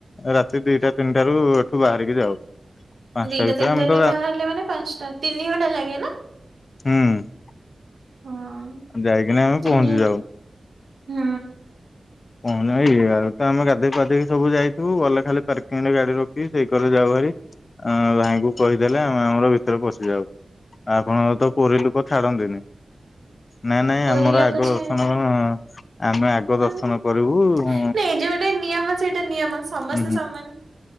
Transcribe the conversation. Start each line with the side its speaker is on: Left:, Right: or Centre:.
Left: ରାତି ଦିଟା ତିନିଟାରୁ ଏଠୁ ବାହାରିକି ଯାଉ। ପାଞ୍ଚଟା
Right: ଦିଟା
Left: ଭିତରେ
Right: ତିନିଟାରେ
Left: ଆମେ ତ
Right: ବାହାରିଲେ ମାନେ ପାଞ୍ଚଟା, ତିନି ଘଣ୍ଟା ଲାଗେ ନା।
Left: ହୁଁ
Right: ହଁ।
Left: ଯାଇକିନା ଆମେ
Right: ତିନି
Left: ପହଞ୍ଚି
Right: ଘଣ୍ଟା
Left: ଯାଉ।
Right: ହୁଁ।
Left: କଣ ନା କି ଇଆଡୁ ତ ଆମେ ଗାଧୋଇ ପାଧେଇକି ସବୁ ଯାଇଥିବୁ ଗଲେ ଖାଲି ପାର୍କିଂ ରେ ଗାଡି ରଖିକି ସେଇ କରେ ଯାଉ ଭାରି। ଆମ ଭାଇ କୁ କହିଦେଲେ ଆମେ ଆମର ଭିତରେ ପଶିଯାଉ, ଆପଣଙ୍କ
Right: ହଁ
Left: ତ ପୁରୀ ଲୋକ ଛାଡନ୍ତିନି। ନାଇଁ ନାଇଁ
Right: ପୁରୀ
Left: ଆମର
Right: ଲୋକ
Left: ଆଗ
Right: ଛାଡେ
Left: ଦର୍ଶନ କଁ ଆମେ ଆଗ
Right: ହୁଁ
Left: ଦର୍ଶନ କରିବୁ ଉଁ
Right: ନାଇଁ ଯୋଉଟା ନିୟମ ସେଇଟା ନିୟମ ସମସ୍ତେ
Left: ହୁଁ
Right: ସମାନ